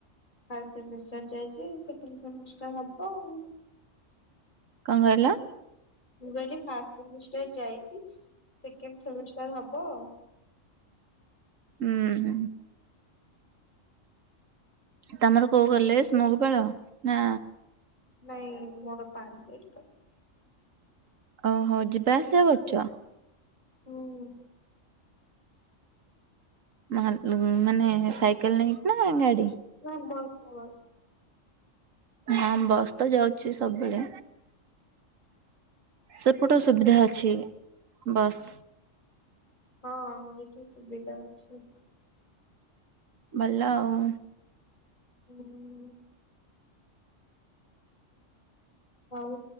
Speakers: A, on the left; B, on the right.
A: ଫାଷ୍ଟ ସେମିଷ୍ଟାର ଯାଇଛି ସେକେଣ୍ଡ ସେମିଷ୍ଟାର ହବ ଆଉ।
B: କଣ କହିଲ?
A: ମୁଁ କହିଲି ଫାଷ୍ଟ ସେମିଷ୍ଟାର ଯାଇଛି ସେକେଣ୍ଡ ସେମିଷ୍ଟାର ହବ ଆଉ।
B: ହୁଁ ହୁଁ। ତମର କୋଉ କଲେଜ ମହୁପାଳ? ନା
A: ନାଇଁ ମୋର ପାଣିକୋଇଲି ଟା।
B: ଅ ହୋ ଯିବା ଆସିଆ କରୁଛ?
A: ହୁଁ।
B: ମାନ ଉଁ ମାନେ ସାଇକେଲ ନେଇକି ନା ଗାଡି?
A: ନାହିଁ ବସ୍ ବସ୍।
B: ହଁ ବସ୍ ତ ଯାଉଛି ସବୁବେଳେ। ସେପଟୁ ସୁବିଧା ଅଛି ବସ୍।
A: ହଁ ଏଇଠୁ ସୁବିଧା ଅଛି।
B: ଭଲ ଆଉ।
A: ହୁଁ। ହଉ